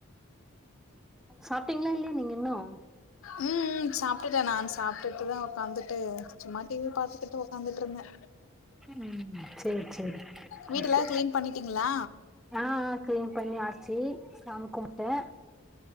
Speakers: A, in the centre; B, on the left.
A: சாப்டீங்ளா இல்லையா நீங்க இன்னும்
B: ம் ம் சாப்டுட்டே நான் சாப்டுட் இப்பதான் உக்காந்துட்டு சும்மா டி வி பாத்துட்டு உக்காந்துட்டு இருந்தே
A: ம் சேரி சேரி
B: வீடுல்லா
A: ஓகே
B: கிளீன் பண்ணிட்டீங்ளா
A: ஆ கிளீன் பண்ணி ஆச்சி சாமி கும்டே